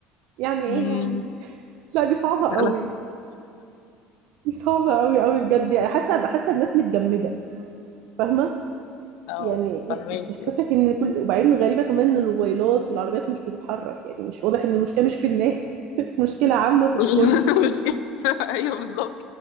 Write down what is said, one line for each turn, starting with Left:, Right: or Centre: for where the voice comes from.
Right: يعني ايه
Left: امم
Right: يعني لا دي صعبه قوي
Left: لا.
Right: دي صعبه قوي قوي بجد يعني حاسه حاسه الناس متجمده فاهمه
Left: اه
Right: يعني
Left: فهماكي
Right: احساسك
Left: اه
Right: ان كل وبعدين غريبه كمان ان الموبايلات والعربيات مش بتتحرك يعني مش واضح ان المشكله مش في الناس <laughs> مشكله عامه في الكل
Left: <laughs> مشكلة ايوه بالظبط